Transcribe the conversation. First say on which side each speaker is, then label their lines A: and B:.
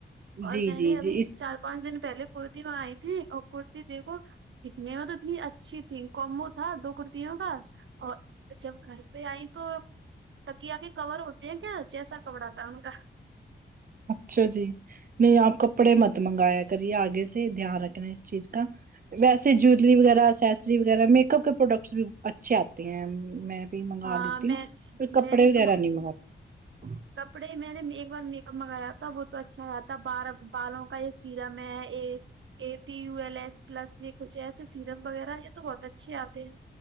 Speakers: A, on the right; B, on the right.
A: اور
B: جی
A: میں
B: جی
A: نے ابھی
B: جی اس
A: چار پانچ دن پہلے کرتی منگائی تھی اور کرتی دیکھو دیکھنے میں تو اتنی اچھی تھی کومبو تھا دو کرتیوں کا اور جب گھر پہ آئی تو تکیہ کے کور ہوتی ہیں کیا جیسا کپڑا آتا ہے ان کا
B: اچھا جی نہیں آپ کپڑے مت منگایا کریے آگے سے دھیان رکھنا ہے اس چیز کا ویسے جویلری وغیرہ اسسری وغیرہ میک اپ کے پروڈکٹس بھی اچھے آتے ہیں میں منگا
A: ہاں
B: لیتی
A: میں
B: ہو پھر کپڑے
A: میں نے
B: وغیر
A: تو
B: نہیں منگاتے
A: کپڑے میں نے ایک بار میک اپ منگایا تھا وہ تو اچھا آیا تھا بار بالوں کا یہ سیرم ہے یہ A P U L S plus یہ کچھ ایسے سیرم وغیرہ یہ تو بہت اچھے آتے ہیں